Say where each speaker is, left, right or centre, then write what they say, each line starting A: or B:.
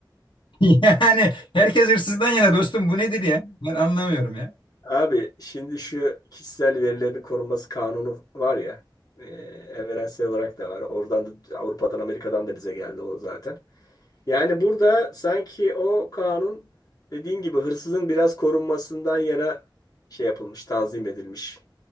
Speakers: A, on the left; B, on the left.
A: <laughs> Yani herkes hırsızdan yana dostum bu nedir ya? Ben anlamıyorum ya.
B: Abi şimdi şu kişisel verilerin korunması kanunu var ya e, evrensel olarak da var. Oradan da Avrupa'dan Amerika'dan da bize geldi o zaten. Yani burada sanki o kanun dediğin gibi hırsızın biraz korunmasından yana şey yapılmış, tanzim edilmiş.